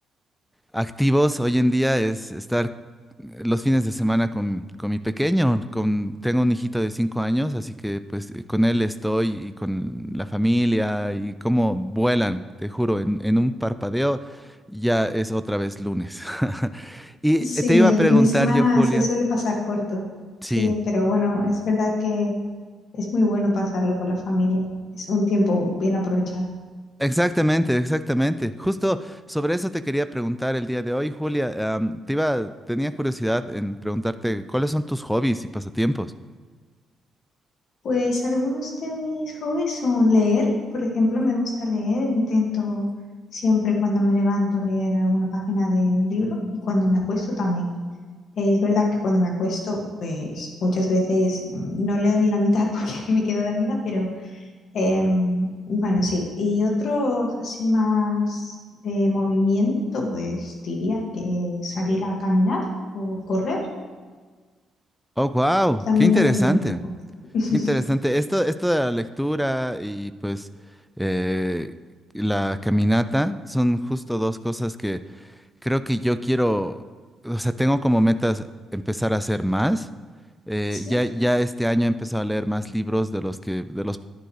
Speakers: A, in the centre; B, on the left (about 65°).
A: activos hoy en día es estar eh, los fines de semana con, con mi pequeño, con, tengo un hijito de cinco años, así que pues eh, con él estoy y con la familia y cómo vuelan, te juro, en, en un parpadeo ya es otra vez lunes. <laughs> Y
B: Sí,
A: eh, te iba
B: el
A: a preguntar
B: fin de semana
A: yo, Julia.
B: se suele pasar corto,
A: Sí,
B: sí, pero bueno, es verdad que es muy bueno pasarlo con la familia, es un tiempo bien aprovechado.
A: exactamente, exactamente. Justo sobre eso te quería preguntar el día de hoy, Julia. Am, te iba, tenía curiosidad en preguntarte cuáles son tus hobbies y pasatiempos.
B: Pues algunos de mis hobbies son leer, por ejemplo, me gusta leer, intento siempre cuando me levanto leer alguna página de un libro y cuando me acuesto también. Es verdad que cuando me acuesto, pues muchas veces mm, no leo ni la mitad <laughs> porque me quedo dormida, pero em, bueno, sí. Y otros así más de movimiento, pues diría que salir a caminar o correr,
A: Oh, wow,
B: también
A: qué interesante,
B: lo pondría como hobby. <laughs>
A: qué interesante. Esto, esto de la lectura y pues eh, la caminata son justo dos cosas que creo que yo quiero, o sea, tengo como metas empezar a hacer más. Eh,
B: Sí,
A: ya, ya este año he empezado a leer más libros de los que, de los